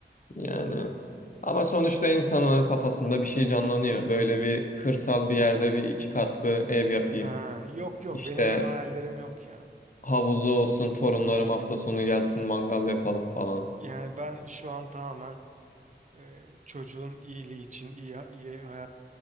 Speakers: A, on the left; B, on the right.
A: Yani ama sonuçta insanın kafasında bir şey canlanıyor. Böyle bir kırsal bir yerde bir iki katlı ev yapayım.
B: Ha yok yok
A: İşte
B: benim öyle hayallerim yok ya.
A: havuzu olsun, torunlarım hafta sonu gelsin, mangal yapalım falan.
B: Yani ben şu an tamamen e, çocuğun iyiliği için, iyi, iyi hayat